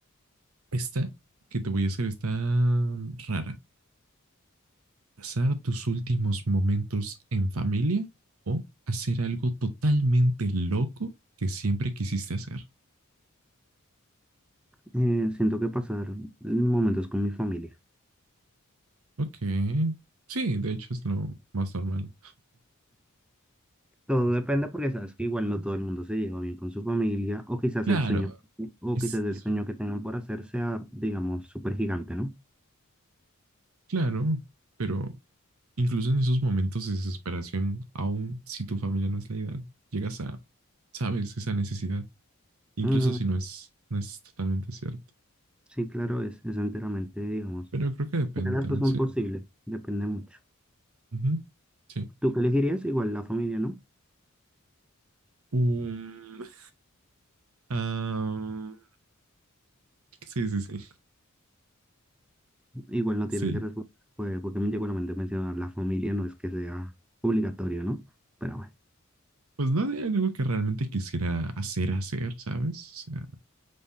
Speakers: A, on the right; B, in the centre.
A: esta que te voy a hacer está rara. ¿Pasar tus últimos momentos en familia o hacer algo totalmente loco que siempre quisiste hacer?
B: Eh, siento que pasar momentos con mi familia.
A: Ok. Sí, de hecho es lo más normal.
B: Todo depende porque sabes que igual no todo el mundo se lleva bien con su familia, o quizás
A: Claro,
B: el sueño, o
A: es,
B: quizás el
A: es-
B: sueño que tengan por hacer sea, digamos, súper gigante, ¿no?
A: claro, pero incluso en esos momentos de desesperación, aun si tu familia no es la ideal, llegas a, sabes, esa necesidad, incluso
B: Mm,
A: si no es, no es totalmente cierto.
B: sí, claro, es, es enteramente, digamos.
A: Pero creo que depende
B: Cualquiera de
A: también,
B: Las dos son
A: sí.
B: posibles, depende mucho.
A: Ujú, Sí.
B: ¿Tú qué elegirías? Igual la familia, ¿no?
A: Um, <laughs> ah, sí, sí, sí.
B: Igual no
A: Sí,
B: tienes que responder, pues, porque igualmente mencionar la familia no es que sea obligatorio, ¿no? Pero bueno,
A: pues no es algo que realmente quisiera hacer, hacer, ¿sabes? O sea,